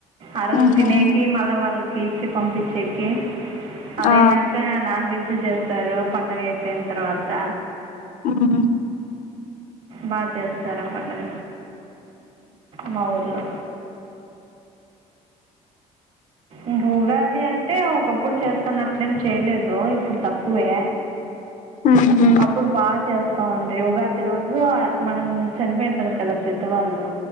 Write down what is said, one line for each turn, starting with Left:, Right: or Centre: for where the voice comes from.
Right: ఆరోజు
Left: మ్మ్
Right: తినేకి మళ్ళా వాళ్ళకి ఇచ్చి పంపించేకి అదైనాక
Left: ఆ
Right: నాన్ వెజ్ చేస్తారు పండగ అయిపోయిన తర్వాత
Left: మ్మ్
Right: బా చేస్తారా పండగ మా ఊర్లో ఇంకా ఉగాది అంటే ఒకప్పుడు చేస్తానట్లేం చేయలేదు ఇప్పుడు తక్కువే
Left: మ్ హు హు
Right: అప్పుడు బాగా చేస్తా ఉండ్రి ఉగాది రోజు మనం చనిపోయింటారు కదా పెద్దవాళ్ళు